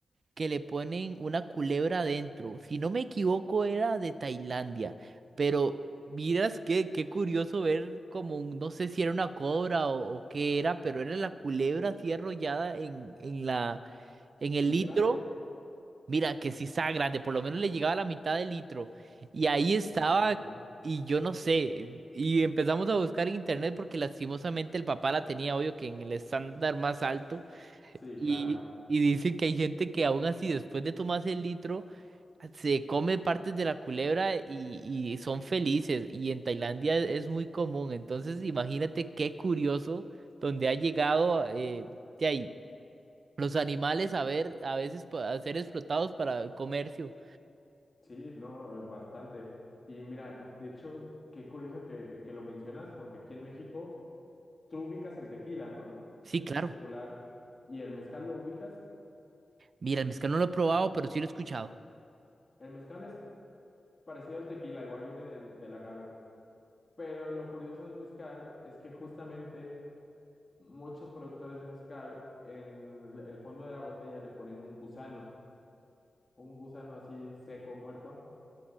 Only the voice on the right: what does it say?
que le ponen una culebra adentro. Si no me equivoco, era de Tailandia, pero miras que qué curioso ver como, un- no sé si era una cobra o, o qué era, pero era la culebra así arrollada en, en la, en el
litro.
Mira, que sí estaba grande, por lo menos le llegaba a la mitad del litro. Y ahí estaba,
y yo no sé. Y empezamos a buscar en internet porque lastimosamente el papá la tenía, obvio, que en el estándar más alto.
Y,
y dicen que hay gente que aún así, después de tomarse el litro, se come partes de la culebra y, y son felices. Y en Tailandia es, es muy común. Entonces, imagínate qué curioso donde ha llegado eh, de ahí. Los animales a ver, a veces pa- a ser explotados para el comercio.
Sí,
claro.
Mira, el mezcal no lo he probado, pero sí lo he escuchado.